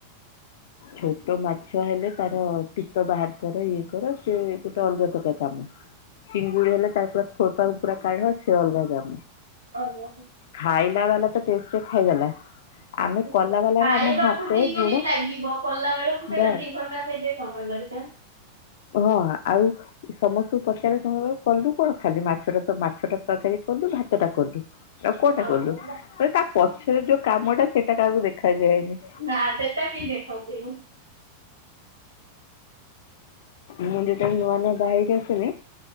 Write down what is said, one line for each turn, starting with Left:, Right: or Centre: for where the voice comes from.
Left: ଛୋଟ ମାଛ ହେଲେ ତାର ପିତ ବାହାର କର ଇଏ କର ସେ ଗୋଟେ ଅଲଗା ପ୍ରକାର। କାମ, ଚିଙ୍ଗୁଡି ହେଲେ ତାର ପା ଖୋପାକୁ ପୁରା କାଢ ସେ ଅଲଗା କାମ।
Right: <unintelligible>
Left: ଖାଇଲା ବାଲା ତ ଟେଷ୍ଟ ଖାଇଦେଲା, ଆମେ
Right: ଖାଇବାକୁ
Left: କଲା ବାଲା ଆମ ହାତ
Right: ଦି ମିନିଟ୍
Left: ଗୋଡ
Right: ଲାଗିବ କଲା ବେଳକୁ ସେଇଟା
Left: ବାସ୍
Right: ଦି ଘଣ୍ଟା ସେଇଟ ସମୟ ଦରକାର।
Left: ହଁ ଆଉ। ସମସ୍ତଙ୍କୁ ପଚାରେ କଲୁ କଣ ଖାଲି ମାଛଟା ମାଛ ଟା ତରକାରୀ କଲୁ ଭାତ ଟା କଲୁ। ଆଉ କଟା
Right: ହଁ
Left: କଲୁ ତ ତା ପଛରେ ଯୋଉ କାମ ଟା ସେଟା କାହାକୁ ଦେଖାଯାଏନି।
Right: ନାଁ ସେ ତା କିଏ ଦେଖନ୍ତି ଗୋ?
Left: ମୁଁ ଯେତେବେଳେ ନୂଆ ନୂଆ ବାହିକି ଆସିଲି